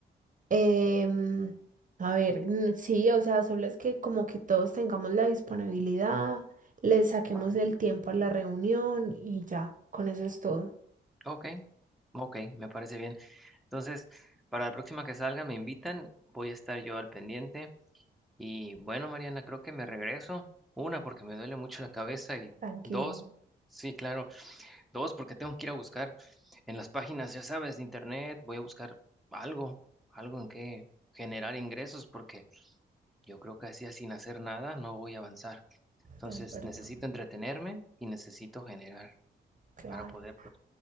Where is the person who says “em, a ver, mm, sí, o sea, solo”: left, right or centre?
Right